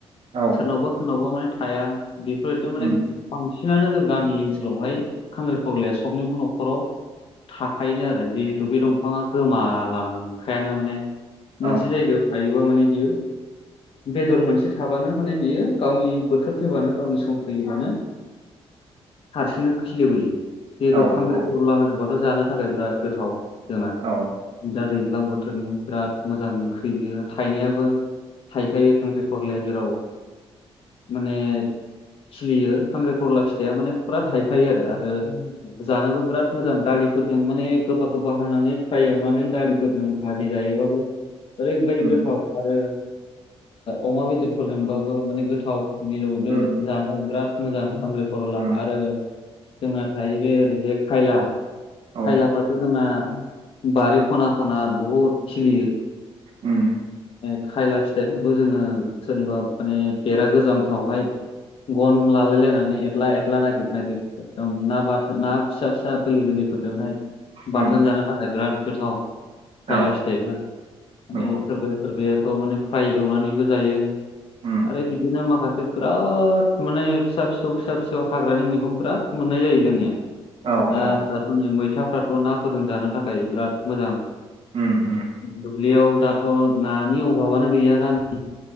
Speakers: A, on the right (about 60°); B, on the left (about 60°).
A: औ
B: सोरनावबा सोरनावबा ' माने थाया बेफोरजों माने
A: उम
B: बांसिनानो जों गामि ओनसोलावहाय खांखिरा खलाया सबनिबो न'खर
A: <inaudible>
B: थाखायनो आरो जिहेथु बे दंफाङा गोमालांखायानो माने मोनसे
A: औ
B: जायगायाव थायोबा माने बियो बेदर मोनसे थाबानो माने बेयो गावनि बोथोर फैबानो गावनि सम फैयोबानो हारसिंनो खिलिबोयो बेदर
A: औ
B: खांख्र्रि‌
A: औ
B: खला होनोबाथ' जानो थाखाय बिराद गोथाव जोंना
A: औ
B: दा दै दैज्लां बोथोरनि बिराद मोजां ओंख्रि बेयो थाइनायाबो थाइखायो खांख्रि खरलाया जेराव माने सलियो खांगिरि खला फिथाया माने फुरा थायो। थाखायो आरो आरो जानोबो बिराद मोजां दालिफोरजों माने गोबा गोबा हानानै फाराय एवनानै दालिफोरजों भाजि जायो बाबु ओरैबायदि
A: उम
B: गोथाव आरो अमा बेदरफोरजोंबाबो माने गोथाव। मिलौदो
A: उम
B: जानो बिराद मोजां खांगिरि खरला
A: उम
B: आरो जोंना थाहैबाय ओरै बे खायला
A: औ
B: खायलाफ्राथ' जोंना। बारि खना खना बहुत खिलियो
A: उम
B: खायला फिथाइफोरखौ जोङो सोरनिबा माने बेरा गोजामफ्रावहाय। गन लालाय लायनानै एक्ला एख्ला नागिर नागिर एदम ना बाथो ना फिसा फिसा गोरलै गोरलै ओजोंहाय
A: उम
B: बाथोन जानो थाखाय बिराद गोथाव खायलाब
A: औ
B: फिथाइफ्रा माने
A: नंगौ
B: सोरबाया सोरबायाथ' माने फ्राइ एवनानैबो जायो
A: उम
B: आरो बिदिनो माखासे बिराद माने फिसा फिसौ फिसा फिसौ हाग्रानि मैगं बिराद मोनो। जोंनि
A: औ
B: द
A: औ
B: दाथ' नै मैथा। नाफोरजों ना जानो थाखाय बिराद मोजां
A: उम उम
B: दुब्लियाव दा नानि अभाबानो गैया गामि